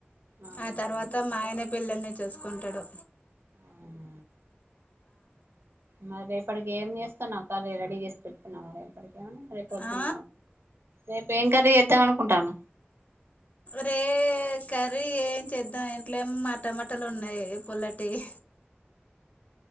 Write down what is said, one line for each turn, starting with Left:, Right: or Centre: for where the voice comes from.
Right: అవునా
Left: ఆ తర్వాత మా ఆయనే పిల్లల్ని చూసుకుంటడు
Right: అవునా మరి రేపటికి ఏం చేస్తన్నావ్ కర్రీ రెడీ చేసి పెట్టుకున్నావా రేపడి
Left: ఆ
Right: రేపు ఏం కర్రీ ఏద్దాం అనుకుంటాన్న
Left: రే ఏ కర్రీ ఏం చేద్దాం ఇంట్లో ఎం టమామటలు ఉన్నయ్ పుల్లటియి